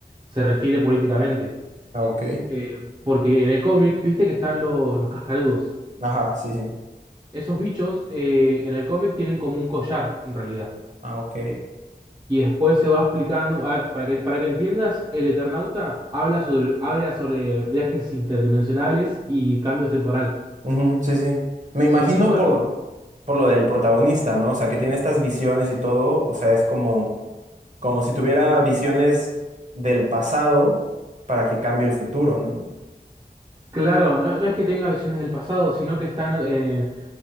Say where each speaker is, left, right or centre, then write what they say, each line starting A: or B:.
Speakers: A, on the right; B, on the right.
A: se refiere políticamente.
B: Ah, ok.
A: Eh, porque en el cómic, viste que están los, los cascarudos.
B: Ajá, sí, sí.
A: Esos bichos eh, en el cómic tienen como un collar, en realidad.
B: Ah, ok.
A: Y después se va explicando, a ver, para que, para que entiendas, el Eternauta habla sobre, habla sobre viajes interdimensionales y cambios temporal.
B: Ujú, sí, sí. Me imagino
A: Es súper
B: por,
A: com-
B: por lo del protagonista, ¿no? O sea, que tiene estas visiones y todo. O sea, es como, como si tuviera visiones del pasado para que cambie el futuro, ¿no?
A: claro, no, no es que tenga visiones del pasado, sino que están, eh,